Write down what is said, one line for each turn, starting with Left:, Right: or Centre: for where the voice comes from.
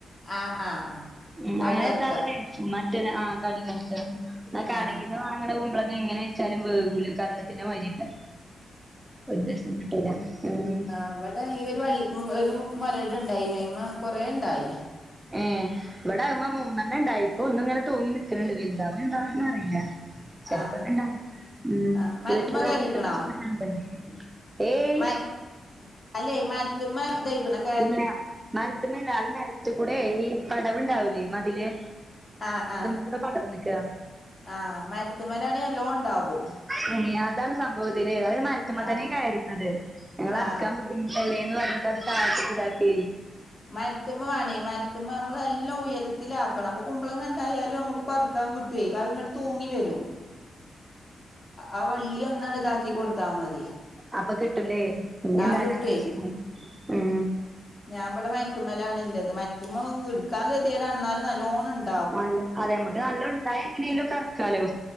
Left: ആഹ് ആഹ് ആഹ്
Right: മഹ്
Left: കടർക്ക
Right: അങ്ങനെ വെച്ചാലെ ടേസ്റ്റ് മറ്റ ആ കടികൾക്ക ഇവിടെ കടയിൽ
Left: ആഹ്
Right: നിന്ന് വാങ്ങണ കുമ്പളങ്ങ എങ്ങനെ വെച്ചാലും വേകൂല കറുകത്തിന്റെ മാതിരിയുണ്ടാകും ഒരു ദിവസം ഇങ്ങട്ട് വരാ മഹ്
Left: ആ അവിടെ ഈ ഒരു വള്ളി ഒരു മൊരട് ഉണ്ടായി നോയ്മ് കൊറെേ ഉണ്ടായി
Right: ആഹ് ഇവിടെ മൂ മൂന്നെണ്ണം ഉണ്ടായി ഇപ്പൊ ഒന്ന് ഇങ്ങനെ തൂങ്ങി നിക്കണ് ണ്ട് വലുതാവുമോ എന്താണെന്ന് അറിയില്ല
Left: ആഹ്
Right: <unintelligible> മഹ്
Left: ആഹ് മരത്തുമ്മെ
Right: വീട്ടിൽ വേറെ
Left: കയറിക്കണോ
Right: എന്തെകിലും പച്ചക്കറി ഉണ്ടോ? ഏയ്
Left: മ അല്ലെ മര്ത്തുമ്മെ <unintelligible>
Right: പിന്നെ മരത്തിമ്മേല് അത് മരത്തി കൂടെ ഈ പടവുണ്ടാവൂലേ മതില്
Left: ആഹ് ആഹ്
Right: ഇവിടെ തൊടർന്നിക്ക
Left: ആഹ് മരത്തിൻ മേലയാണി നല്ലോണം ഉണ്ടാകും
Right: മഹ് അതാണ് സംഭവം ഇതില് അത് മരത്തമ്മേ
Left: ആഹ്
Right: തനെയ കയറിയിരുന്നത് ഞങ്ങളിറക്കാൻ
Left: ആഹ്
Right: ബു പിഞ്ചല്ലേന്ന് പറഞ്ഞിട്ട്ത് തഴത്തേക്ക് ഇതാക്കി.
Left: മരത്തുമ്മ വേണേ മരത്തുമ്മ നമ്മള നല്ല ഉയരത്തിലാക്കണം അപ്പൊ കുമ്പ്ളങ്ങ ഇണ്ടായാലും നമ്മുക്ക് പ ക്കാം കിട്ടുവെ അത് ഇങ്ങട്ട് തൂങ്ങി വരും. ആഹ് വള്ളി ഒന്നട് ഇതാ ക്കി കൊൊടുത്താ മതി
Right: അപ്പൊ കിട്ടൂലേ ഇനി
Left: ആ
Right: എന്തായാലും
Left: കിട്ടേ
Right: അങ്ങനെ ചെയ്യണം ഉം
Left: ഞാൻബിടെ മേലാണള്ളത് മരുത്തുമ്മ എടുക്കാൻ <unintelligible> എന്നാലും നല്ലോണം ഉണ്ട്
Right: നല്ല അതെ നമ്മുക്ക് നല്ല ഉണ്ടായ എങ്ങനെങ്കിലും ഒക്കെറക്കാലോ